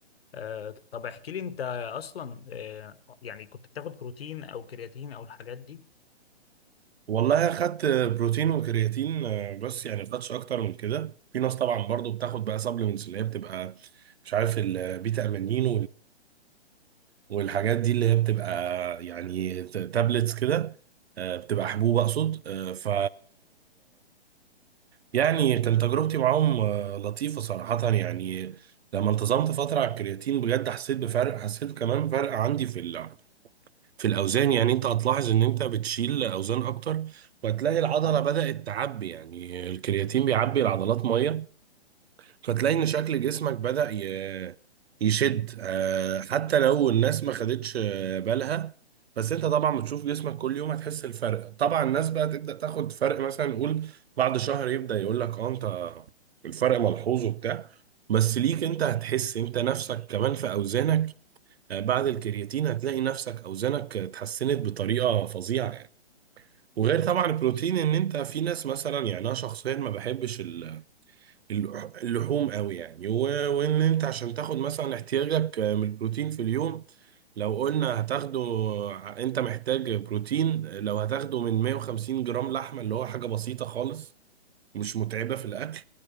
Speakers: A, on the left; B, on the right.
A: آه، طب احكي لي انت اصلا آه، يعني كنت بتاخد بروتين او كرياتين او الحاجات دي
B: والله اخدت بروتين وكرياتين آه، بس يعني ما خدتش اكتر من كده في ناس طبعا برضو بتاخد بقى سبلمنتس اللي هي بتبقى مش عارف البيتا امينين والحاجات دي اللي هي بتبقى يعني ت- تابلتس كده آه، بتبقى حبوب اقصد آه، ف يعني كانت تجربتي معاهم آه، لطيفة صراحة يعني لما انتظمت فترة على الكرياتين بجد حسيت بفرق حسيت كمان بفرق عندي في ال... في الاوزان يعني انت هتلاحظ ان انت بتشيل اوزان اكتر وهتلاقي العضلة بدأت تعبي يعني الكرياتين بيعبي العضلات مية فتلاقي ان شكل جسمك بدأ ي- يشد آه، حتى لو الناس ما خدتش آه، بالها بس انت طبعا بتشوف جسمك كل يوم هتحس الفرق طبعا الناس بقى تبدأ تاخد فرق مثلا نقول بعد شهر يبدأ يقول لك اه انت الفرق ملحوظ وبتاع بس ليك انت هتحس انت نفسك كمان في اوزانك آه، بعد الكرياتين هتلاقي نفسك اوزانك اتحسنت بطريقة فظيعة يعني وغير طبعا البروتين ان انت في ناس مثلا يعني انا شخصيا ما بحبش اللح- اللحوم قوي يعني و- وان انت عشان تاخد مثلا احتياجك من البروتين في اليوم لو قلنا هتاخده انت محتاج بروتين لو هتاخده من 150 جرام لحمة اللي هو حاجة بسيطة خالص مش متعبة في الاكل